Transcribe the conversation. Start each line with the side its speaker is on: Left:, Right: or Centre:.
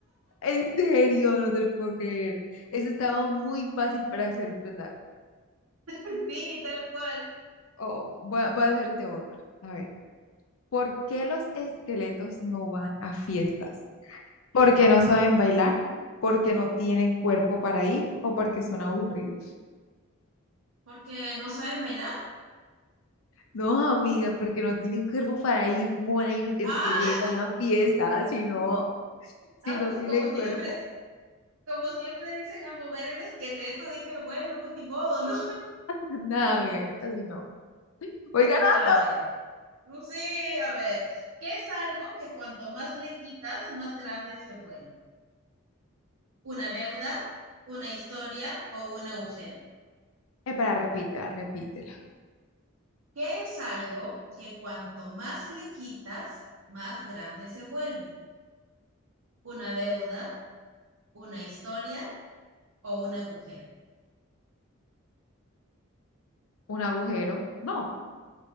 Left: En serio, no te lo puedo creer. Eso estaba muy fácil para ser verdad.
Right: <laughs> sí, tal cual.
Left: Oh, voy a, voy a hacerte otra. A ver. ¿Por qué los esqueletos no van a fiestas? ¿Porque no saben bailar? ¿Porque no tienen cuerpo para ir? ¿O porque son aburridos?
Right: Porque no saben bailar.
Left: No, amiga, porque no tienen cuerpo para ir. ¿Cómo van a ir un esqueleto
Right: Ah,
Left: a una fiesta si no, si
Right: ah,
Left: no
Right: pues
Left: tienen
Right: como siempre,
Left: cuerpo?
Right: como siempre dicen a mover el esqueleto, dije, bueno, pues ni modo, ¿no?
Left: <laughs> Nada, amiga, en esta sí no. Voy ganando.
Right: A ver, no sé, a ver, ¿qué es algo que cuanto más le quitas, más grande se vuelve? ¿Una deuda, una historia o un agujero?
Left: Espera, repítela, repítela.
Right: ¿Qué es algo que cuanto más le quitas, más grande se vuelve? ¿Una deuda, una historia o un agujero?
Left: ¿Un agujero? No.